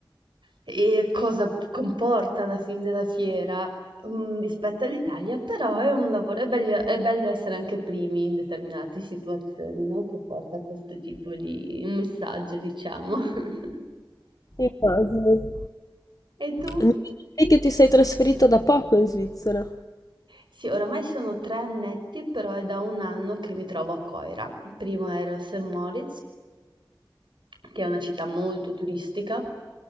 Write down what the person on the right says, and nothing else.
e cosa p- comporta alla fin della fiera, mm, rispetto all'Italia, però è un lavoro, è bello, è bello essere anche primi in determinate situazioni, no? Che porta a questo tipo di messaggio, diciamo. <laughs>
E tu?
Sì, oramai sono tre annetti, però è da un anno che mi trovo a Coira. Prima ero a St. Moritz, che è una città molto turistica,